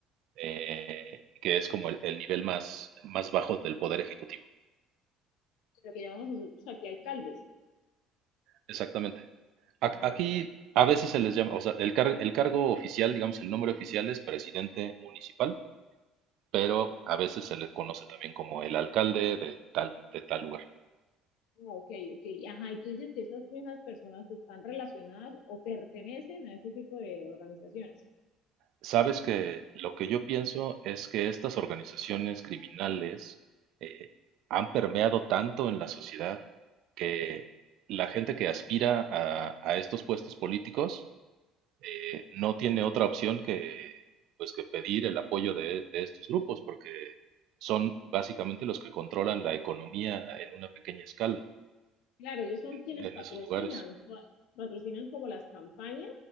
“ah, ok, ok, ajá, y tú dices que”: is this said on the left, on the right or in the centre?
Left